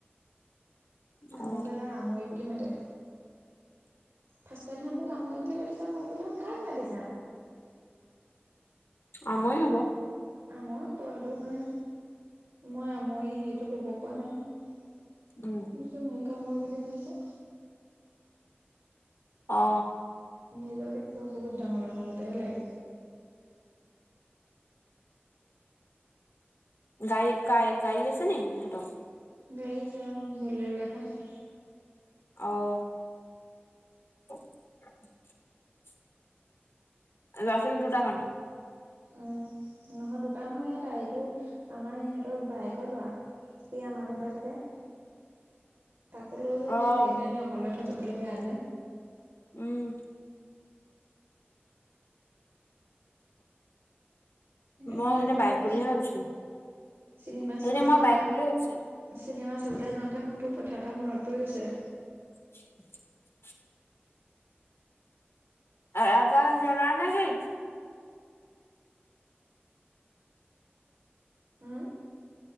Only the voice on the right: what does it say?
মগেলা আমৈ বুলি মাতে ফাৰ্ষ্টনা মোক আমই বুলি মাতিছে মই বোলো কাক মাতিছা
আমৰ হবই সটো মানে মই আমৈ সেইটো ল'ব পৰা নাই শুনিছো
মোকে মই বুলি মাতিছে
নিজকে কিবা বহুত ডাঙৰ ডাঙৰ গোটহে লাগে
গাড়ী আছে অ বলেৰু এখন আছে
উম নহয় দুটা নহয় এটা এইটো আমাৰ ইহঁতৰ বায়েকৰ ল'ৰা সি আমাৰ ঘৰতে থাকে তাকো লৈ যে গৈছো
সেই তেনেকে অকলে থৈ যাবলৈ বেয়া যে
সেইকাৰণে
তাকো
লৈ কৈছো
চিনেমা
চাবলৈ
যাওঁতে
চিনেমা চাবলৈ যাওঁতে মোৰ তোৰ কথা এটা মনত পৰি গৈছে
উম